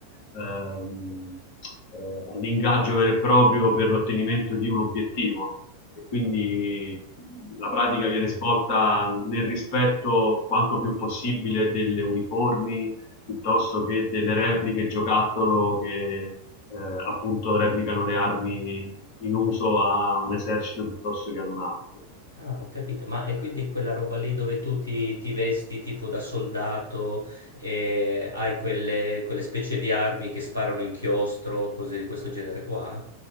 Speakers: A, on the left (about 45°); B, on the left (about 80°).
A: ehm, eh, all'ingaggio vero e proprio per l'ottenimento di un obiettivo. E quindi la pratica viene svolta nel rispetto quanto più possibile delle uniformi piuttosto che delle repliche giocattolo che eh, appunto replicano le armi in uso a un esercito piuttosto che ad un altro.
B: ah, ho capito. Ma è quindi quella roba lì dove tu ti, ti vesti tipo da soldato e hai quelle, quelle specie di armi che sparano inchiostro, cose di questo genere qua?